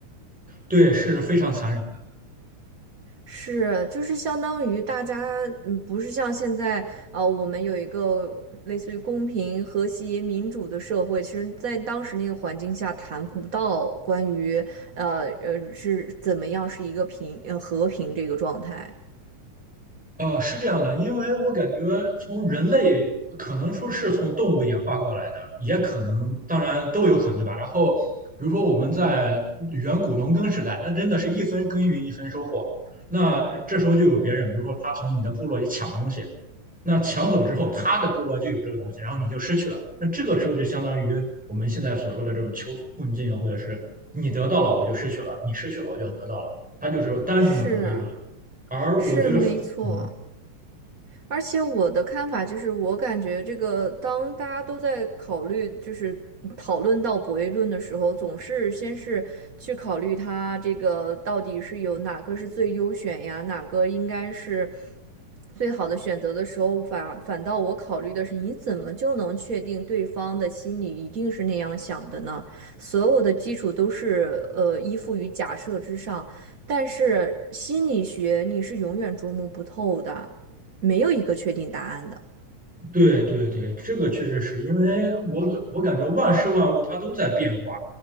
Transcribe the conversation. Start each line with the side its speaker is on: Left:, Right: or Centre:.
Centre: 对，是非常残忍的。
Right: 是，就是相当于大家，嗯，不是像现在，呃，我们有一个类似于公平、和谐、民主的社会，其实，在当时那个环境下，谈不到关于，呃呃，是怎么样是一个平，呃，和平这个状态，
Centre: 呃，是这样的，因为我感觉从人类可能说是从动物演化过来的，也可能，当然都有可能，对吧？然后，比如说我们在远古农耕时代，那真的是一分耕耘一分收获。那这时候就有别人，比如说他从你的部落里抢东西，那抢走之后，他的部落就有这个东西，然后你就失去了。那这个时候就相当于我们现在所说的这种囚徒困境，或者是你得到了我就失去了，你失去了我就得到了，它就是单纯的博弈论。
Right: 是，
Centre: 而我觉得，
Right: 是没错。
Centre: 嗯，
Right: 而且我的看法就是，我感觉这个当大家都在考虑，就是讨论到博弈论的时候，总是先是去考虑它这个到底是有哪个是最优选呀，哪个应该是最好的选择的时候，反反倒我考虑的是，你怎么就能确定对方的心里一定是那样想的呢？所有的基础都是呃依附于假设之上，但是心理学你是永远琢磨不透的。没有一个确定答案的。
Centre: 对对对，这个确实是因为我感我感觉万事万物它都在变化。